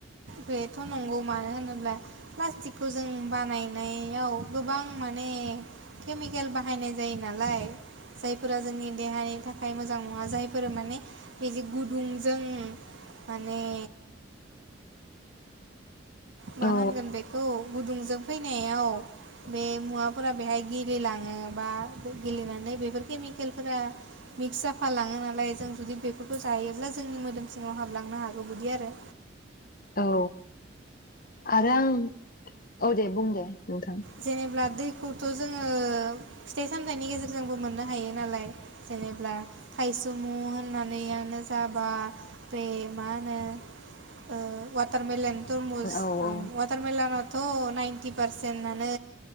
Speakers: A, on the right; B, on the left.
A: बेथ' नंगौ मानो होनोब्ला प्लास्टिकखौ जों बानायनायाव गोबां माने केमिकेल बाहायनाय जायो नालाय जायफोरा जोंनि देहानि थाखाय मोजां नङा जायफोर माने बिदि गुदुंजों माने मा
B: औ
A: होनगोन बेखौ गुदुंजों फैनायाव बे मुवाफोरा बेहाय गेलेलाङो बा गेलेनानै बेफोर केमिकेलफोरा मिक्स जाफालाङो नालाय जों जुदि बेफोरखौ जायोब्ला जोंनि मोदोम सिङाव हाबलांनो हागौ बिदि आरो।
B: औ। आरो आं औ दे बुं दे नोंथां।
A: जेनेब्ला दैखौथ' जोङो फिथाइ सामथाइनि गेजेरजोंबो मोननो हायो नालाय जेनेब्ला थायसुमु होननानैयानो जाबा बे मा होनो ओ वाटारमेलन। तुरमुस
B: औ
A: ओं
B: औ
A: अवाथार मेलन थ' नाइन्टि पारसेन्टआनो